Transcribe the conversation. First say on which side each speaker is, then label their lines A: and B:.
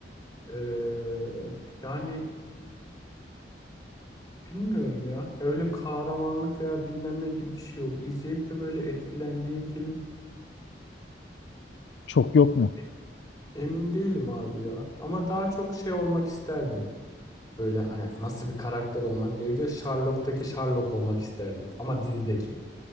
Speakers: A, on the left; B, on the left.
A: Ee, yani bilmiyorum ya. Ya öyle kahramanlık veya bilmem ne gibi bir şey yok. İzleyip de böyle etkilendiğim film
B: Çok yok mu?
A: e- emin değilim abi ya. Ama daha çok şey olmak isterdim. Böyle hani nasıl bir karakter olman gerekiyor? Sherlock'taki Sherlock olmak isterdim. Ama dizideki.